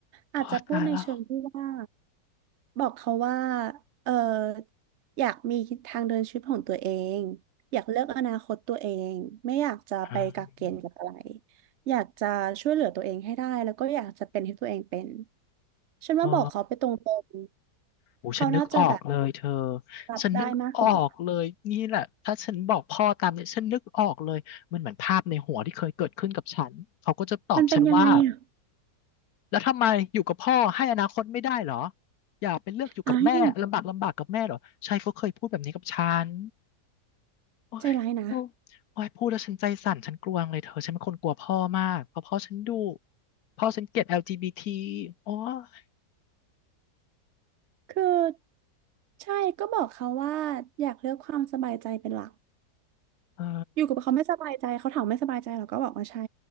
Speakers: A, on the right; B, on the left.
A: อาจจะพูดในเชิงที่ว่า
B: โอ้ตายแล้ว
A: บอกเขาว่าเอออยากมีทางเดินชีวิตของตัวเองอยากเลือกอนาคตตัวเองไม่อยากจะไปกักเกณฑ์กับอะไร
B: อ่า
A: อยากจะช่วยเหลือตัวเองให้ได้แล้วก็อยากจะเป็นที่ตัวเองเป็นฉันว่าบอกเขาไปตรง
B: อ๋อ
A: ๆเขาน่าจะแบบ
B: โอฉันนึกออกเลยเธอ
A: รับได้มากกว่านะ
B: ฉันนึกออกเลยนี่แหละถ้าฉันบอกพ่อตามเนี่ยฉันนึกออกเลยมันเหมือนภาพในหัวที่เคยเกิดขึ้นกับฉันเขาก็จะตอบฉันว่า
A: มันเป็นยังไงอ่ะ
B: แล้วทำไมอยู่กับพ่อให้อนาคตไม่ได้เหรออย่าไปเลือกอยู่กับแม่ลำบากลำบากกับแม่เหรอชายเขาเคยพูดแบบนี้กับฉัน
A: อ้าย
B: โอ้ยโอ้ยโอ้ยพูดแล้วฉันใจสั่นฉันกลัวงเลยเธอฉันเป็นคนกลัวพ่อมากเพราะพ่อฉันดุ
A: ใจร้ายนะ
B: พ่อฉันเกลียด LGBT โอ้ย
A: คือใช่ก็บอกเขาว่าอยากเลือกความสบายใจเป็นหลัก
B: เออ
A: อยู่กับเขาไม่สบายใจเขาถามไม่สบายใจเราก็บอกว่าใช่